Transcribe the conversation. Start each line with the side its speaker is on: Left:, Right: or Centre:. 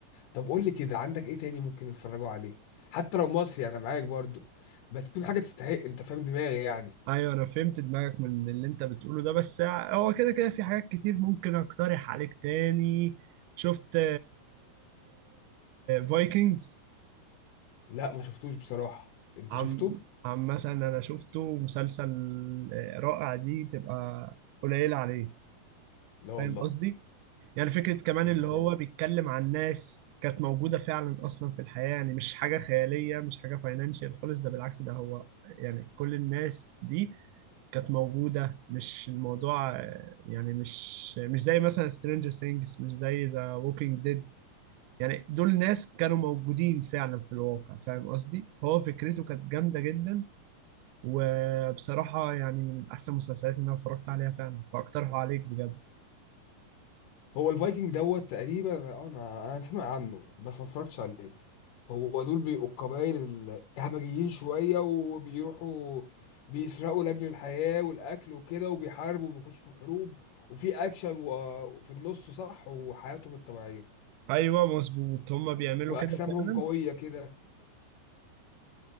Left: طب قول لي كده عندك ايه تاني ممكن نتفرجوا عليه حتى لو مصري انا معاك برضو بس تكون حاجه تستحق انت فاهم دماغي يعني
Right: ايوه انا فهمت دماغك من اللي انت بتقوله ده بس هو كده كده في حاجات كتير ممكن اقترح عليك تاني شفت فايكنجز
Left: لا ما شفتوش بصراحه انت
Right: عم
Left: شفته
Right: عم مثلا انا شفته مسلسل آه، رائع دي تبقى قليلة عليه
Left: لا والله
Right: فاهم قصدي يعني فكرة كمان
Left: طب
Right: اللي
Left: ده
Right: هو
Left: رايق.
Right: بيتكلم عن ناس كانت موجودة فعلا أصلا في الحياة يعني مش حاجة خيالية مش حاجة فاينانشال خالص ده بالعكس ده هو يعني كل الناس دي كانت موجودة مش الموضوع آه، يعني مش مش زي مثلا سترينجر ثينجز مش زي ذا ووكينج ديد يعني دول ناس كانوا موجودين فعلا في الواقع فاهم قصدي فهو فكرته كانت جامدة جدا وبصراحة يعني من أحسن المسلسلات اللي أنا اتفرجت عليها فعلا فأقترحه عليك بجد
Left: هو الفايكنج دوت تقريبا اه انا انا سامع عنه بس ما اتفرجتش عليه هو دول بيبقوا القبائل الهمجيين شوية وبيروحوا بيسرقوا لأجل الحياة والأكل وكده وبيحاربوا وبيخشوا في حروب وفي أكشن و- في النص صح وحياتهم الطبيعية
Right: أيوه مظبوط هما بيعملوا
Left: وأجسامهم
Right: كده فعلا
Left: قوية كده